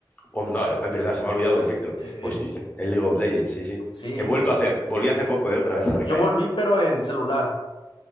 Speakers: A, on the left; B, on the left.
A: Onda, es verdad, se me ha olvidado decírtelo.
B: Eh,
A: Pues
B: eh,
A: y- es League of Legends, sí, sí.
B: sí,
A: He vuelto hace, volví hace poco, eh, otra vez a recaer.
B: yo volví pero en celular.